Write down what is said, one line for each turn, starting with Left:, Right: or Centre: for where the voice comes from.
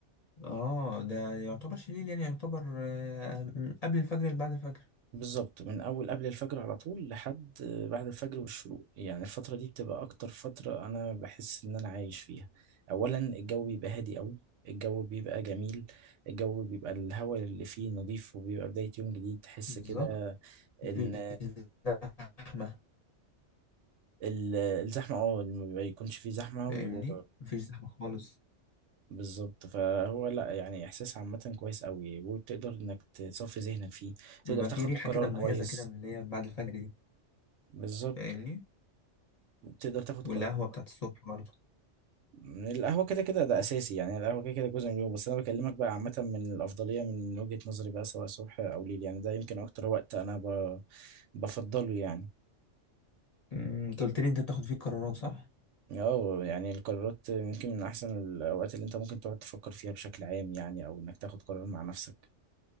Left: اه ده يعتبر شليل يعني يعتبر آه، من قبل الفجر اللي بعد الفجر
Right: بالظبط من اول قبل الفجر على طول لحد بعد الفجر والشروق يعني الفتره دي بتبقى اكتر فتره انا بحس ان انا عايش فيها اولا الجو بيبقى هادي قوي الجو بيبقى جميل الجو بيبقى الهواء اللي فيه نظيف وبيبقى بدايه يوم جديد تحس
Left: بالظبط
Right: كده
Left: مفيش
Right: ان
Left: زحمة
Right: ال- الزحمه اه ما بيكونش فيه زحمه
Left: فاهمني
Right: و
Left: مفيش زحمة خالص
Right: بالظبط فهو لا يعني احساس عامه كويس قوي وبتقدر انك تصفي ذهنك فيه
Left: بيبقى
Right: تقدر تاخد
Left: في ريحة
Right: قرار
Left: كده مميزة
Right: كويس
Left: كده من اللي هي بعد الفجر دي
Right: بالظبط
Left: فاهمني
Right: تقدر تاخد
Left: والقهوة
Right: قرار
Left: بتاعت الصبح برضه
Right: القهوة كده كده ده أساسي يعني القهوة كده كده جزء من اليوم بس أنا بكلمك بقى عامة من الأفضلية من وجهة نظري بقى سواء صبح أو ليل يعني ده يمكن أكتر وقت أنا ب... بفضله يعني
Left: أمم، انت قلت لي انت بتاخد فيه قرارات صح؟
Right: اه يعني القرارات يمكن من أحسن الأوقات اللي أنت ممكن تقعد تفكر فيها بشكل عام يعني أو إنك تاخد قرار مع نفسك